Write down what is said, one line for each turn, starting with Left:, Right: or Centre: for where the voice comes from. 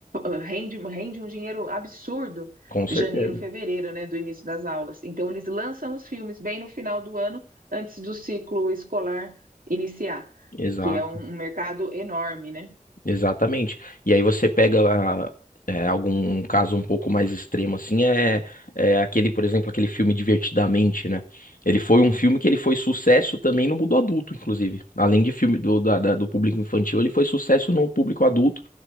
Right: eh, rende, rende um dinheiro absurdo
Left: Com certeza.
Right: em janeiro, fevereiro, né, do início das aulas. Então eles lançam os filmes bem no final do ano, antes do ciclo escolar iniciar,
Left: Exato.
Right: que é um, um mercado enorme, né?
Left: Exatamente. E aí você pega ah, é, algum um caso um pouco mais extremo, assim, é, é aquele, por exemplo, aquele filme Divertidamente, né? Ele foi um filme que ele foi sucesso também no mundo adulto, inclusive. Além de filme do, da- da- do público infantil, ele foi sucesso no público adulto,